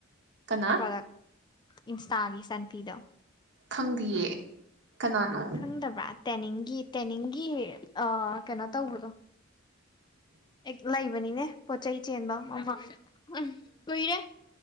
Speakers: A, on the right; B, on the left.
A: ꯀꯅꯥ?
B: ꯄ꯭ꯔꯗꯛ ꯏꯟꯁꯇꯥꯒꯤ ꯏꯆꯥꯅꯨꯄꯤꯗꯣ꯫
A: ꯈꯪꯗꯤꯌꯦ꯫ ꯀꯅꯥ ꯅꯪ?
B: ꯈꯪꯗꯕ꯭ꯔꯥ ꯇꯦꯅꯤꯡꯒꯤ ꯇꯦꯅꯤꯡꯒꯤ ꯀꯩꯅꯣ ꯇꯧꯕꯗꯣꯈ ꯑꯦ ꯂꯩꯕꯅꯤꯅꯦ ꯄꯣꯠ ꯆꯩ ꯆꯦꯟꯐꯝ ꯃꯃ ꯎꯝ ꯀꯨꯏꯔꯦ